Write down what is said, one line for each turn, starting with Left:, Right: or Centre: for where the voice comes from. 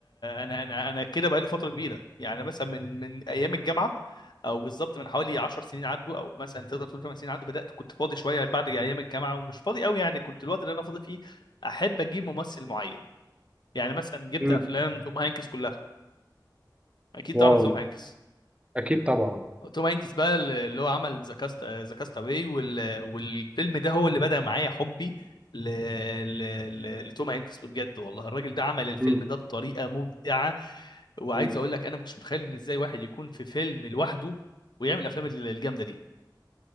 Left: انا انا انا كده بقالي فتره كبيره يعني مثلا من من ايام الجامعه او بالظبط من حوالي 10 سنين عدوا او مثلا تقدر تقول 8 سنين عدوا بدات كنت فاضي شويه بعد ايام الجامعه ومش فاضي قوي يعني كنت الوقت اللي انا فاضي فيه احب اجيب ممثل معين يعني مثلا جبت
Right: امم
Left: افلام توم هانكس كلها اكيد تعرف
Right: واو
Left: توم هانكس
Right: اكيد طبعا
Left: توم هانكس بقى اللي هو عمل ذا كاست ذا كاست اواي والفيلم ده هو اللي بدأ معايا حبي ل... ل... ل... لتوم هانكس بجد والله الراجل ده عمل الفيلم
Right: امم
Left: ده بطريقة مبدعة وعايز
Right: أمم.
Left: اقول لك انا ما كنتش متخيل ان ازاي واحد يكون في فيلم لوحده ويعمل الافلام الجامدة دي